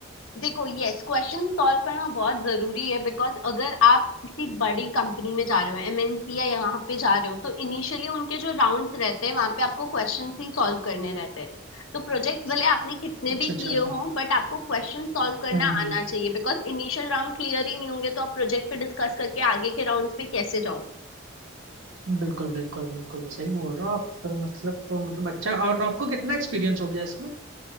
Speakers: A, on the left; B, on the right.
A: देखो यस क्वेश्चन सॉल्व करना बहुत जरूरी है बिकॉज अगर आप किसी बड़ी कंपनी में जा रहे हो एमएनसी या यहाँ पे जा रहे हो तो इनिशियली उनके जो राउंड्स रहते हैं वहां पे आपको क्वेश्चन ही सॉल्व करने रहते हैं तो प्रोजेक्ट भले आपने कितने
B: अच्छा
A: भी
B: अच्छा
A: किए
B: अच्छा
A: हों बट आपको क्वेश्चन सॉल्व करना
B: हम्म हम्म
A: आना चाहिए बिकॉज इनिशियल राउंड क्लियर ही नहीं होंगे तो आप प्रोजेक्ट पे डिस्कस करके आगे के राउंड्स पे कैसे जाओगे
B: बिल्कुल बिल्कुल बिल्कुल सही बोल रहे हो आप फिर मतलब तो मतलब अच्छा और आपको कितना एक्सपीरियंस हो गया इसमें